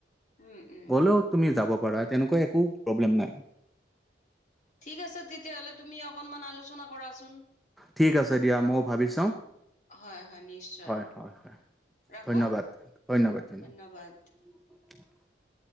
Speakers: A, on the left; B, in the centre.
A: উম উম
B: গ'লেও তুমি যাব পাৰা। তেনেকুৱা একো প্ৰব্লেম নাই।
A: ঠিক আছে তেতিয়াহ'লে তুমি অকনমান আলোচনা কৰাচোন।
B: ঠিক আছে দিয়া মও ভাবি চাওঁ।
A: হয় হয় নিশ্চয়
B: হয় হয় হয়,
A: ৰাখো
B: ধন্যবাদ ধন্যবাদ ধন্যবাদ।
A: ধন্যবাদ।
B: <inaudible>